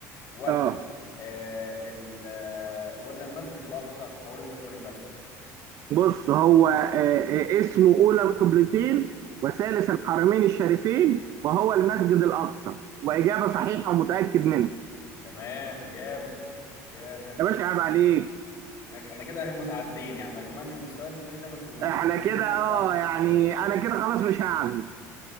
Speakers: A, on the left; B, on the right.
A: ولا
B: اه
A: آه ال آه، ولا المسجد الأقصى هقول لك اختيارين بس
B: بص هو آه، آه، اسمه أولى القبلتين وثالث الحرمين الشريفين وهو المسجد الأقصى وإجابة صحيحة ومتأكد منها
A: تمام جامد جامد
B: يا باشا عيب عليك
A: ماشي احنا كده متعادلين يعني اتمنى ان السؤال التاني ده ما تجيبوش
B: احنا
A: عشان
B: كده
A: ايه ما ادفعش
B: اه
A: البيتزاية
B: يعني انا كده خلاص مش هعزم